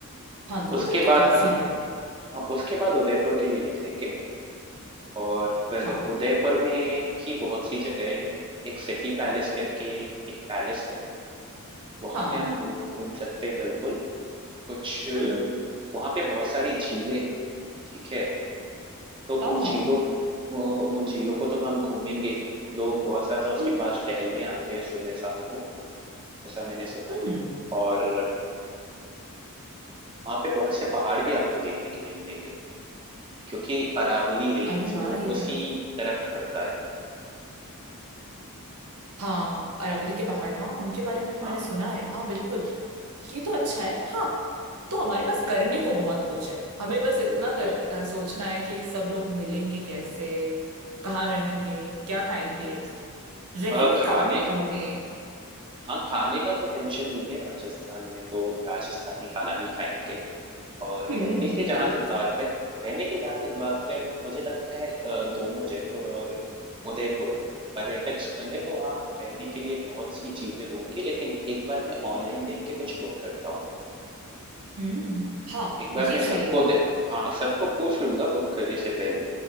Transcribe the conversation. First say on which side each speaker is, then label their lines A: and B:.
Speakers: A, on the right; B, on the right.
A: हाँ दो
B: उसके
A: दिन तो
B: बाद
A: काफी
B: हम
A: है
B: हाँ, उसके बाद उदयपुर के लिए निकलेंगे और फिर
A: हाँ
B: उदयपुर में भी बहुत सी जगहें हैं। एक सिटी पैलेस करके एक पैलेस है, वहाँ
A: हाँ
B: पे हम घूम घूम सकते हैं बिल्कुल। कुछ
A: हम्म
B: वहाँ पे बहुत सारी झीलें हैं, ठीक है? तो
A: आहा
B: उन झीलों उ- उन झीलों को तो हम घूमेंगे ही लोग बहुत ज़्यादा उसके
A: हम्म
B: पास टहलने आते हैं सुबह शाम को ऐसा मैंने सुना
A: हम्म
B: है और वहाँ पे बहुत से पहाड़ भी आपको देखने के लिए मिलेंगे क्योंकि अरावली रेंज
A: अरे वाह ये तो
B: उसी
A: बहुत
B: तरफ पड़ता है
A: हाँ अरावली के पहाड़ हाँ उनके बारे में तो
B: हाँ
A: मैंने सुना है हाँ बिल्कुल ये तो अच्छा है हाँ तो हमारे पास करने को बहुत कुछ है हमें बस इतना
B: बिल्कुल
A: कर, अ, सोचना है कि सब लोग मिलेंगे कैसे कहाँ रहेंगे क्या खाएंगे रहने
B: अ, खाने
A: का हमने
B: हाँ खाने का तो टेंशन नहीं है राजस्थान में तो राजस्थानी खाना ही खाएंगे और
A: हम्म
B: रहने के जहाँ
A: ये बात
B: तक
A: तो
B: बात है रहने की जहाँ तक बात है मुझे लगता है अ, दोनों जयपुर और उदयपुर पर्यटक स्थल है तो वहाँ रहने के लिए बहुत सी चीजें होंगी लेकिन एक बार मैं ऑनलाइन देख के कुछ बुक करता हूँ
A: हम्म हाँ
B: एक बार
A: ये
B: मैं सबको
A: सही होगा
B: दे हाँ सबको पूछ लूंगा बुक करने से पहले